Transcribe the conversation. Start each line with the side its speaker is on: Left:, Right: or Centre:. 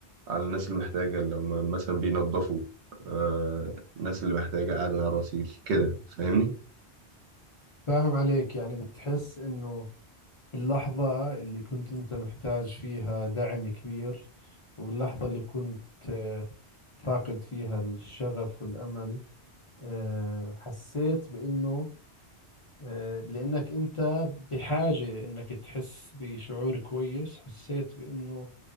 Right: على الناس المحتاجه اللي هم مثلا بينظفوا آه، الناس اللي محتاجه قاعده على رصيف كده فاهمني
Left: فاهم عليك يعني بتحس إنه اللحظة اللي كنت أنت محتاج فيها دعم كبير وباللحظة اللي كنت آه، فاقد فيها الشغف والأمل آه، حسيت بأنه آه، لأنك أنت بحاجة أنك تحس بشعور كويس حسيت بأنه